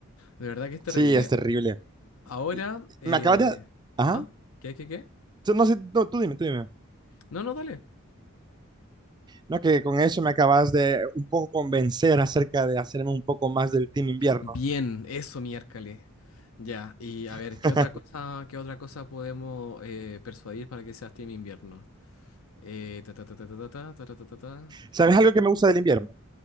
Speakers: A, on the left (about 85°); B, on the right (about 20°).
A: de verdad que es terrible.
B: sí, es terrible.
A: Ahora,
B: Y-
A: eh,
B: Me acabas de... Ajá.
A: ¿ah? ¿Qué, qué, qué?
B: Tú- No sé, no, tú dime, tú dime.
A: No, no, dale.
B: No, que con eso me acabas de un poco convencer acerca de hacerme un poco más del team invierno.
A: Bien, eso miércoles. Ya, y a ver,
B: <laughs>
A: ¿qué otra cosa, qué otra cosa podemos eh, persuadir para que sea Team Invierno? Eh, ta, ta, ta, ta, ta, ta, ta, ta, ta, ta, ta.
B: ¿Sabes algo
A: Bueno,
B: que me gusta del invierno?